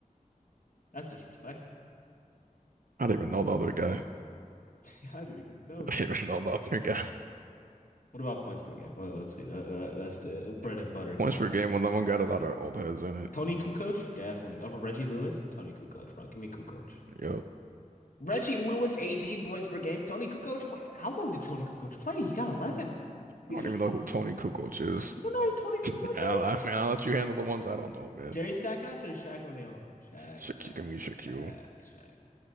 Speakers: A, on the left; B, on the right.
A: That's disrespectful.
B: I don't even know the other guy.
A: <laughs> I didn't even know
B: <laughs>
A: the
B: I don't
A: other
B: even know the other guy.
A: What about points per game? Let, us see. Uh, uh, that's the bread and
B: <laughs>
A: butter here.
B: Points per game when that one got a lot of old heads in it.
A: Tony Kukoc, definitely. Over Reggie Lewis, Tony Kukoc, bro. Give me Kukoc.
B: Yo.
A: Reggie Lewis, 18 points per game. Tony Kukoc, wh- how long did Tony Kukoc play? He got 11. <laughs> You,
B: I don't even know who Tony Kukoc is.
A: you don't know who Tony Kukoc
B: I'll,
A: is?
B: I man, I'll let you handle the ones I don't know, man.
A: Jerry Stackhouse or Shaq O'Neal? Shaq,
B: Shaq.
A: uh,
B: give me Shaquille.
A: Shaq, Shaq.